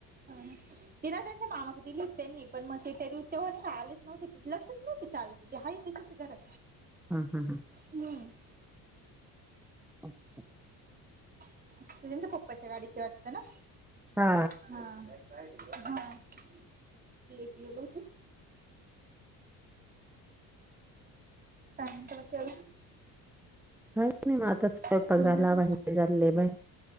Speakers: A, on the right (about 25°); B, in the centre.
A: हं ह ति ना त्यांच्या मामाकं दिली होती त्यांनी पण मग त्या दिवस तेव्हा का आलेच. नव्हते तिथ लक्षच नव चावीचे ते हाये तसेच ये घरात.
B: हा हा हा
A: म
B: असं.
A: ते त्यांच्या पप्पाच्या गाडीची वाटतं ना
B: हा
A: हा हा ते एक गेल होते. काय म्हणता बाकी अजून
B: काही नाय म आता स्वयंपाक
A: हम्म,
B: झाला
A: हम्म,
B: भांडे झाले बाहेर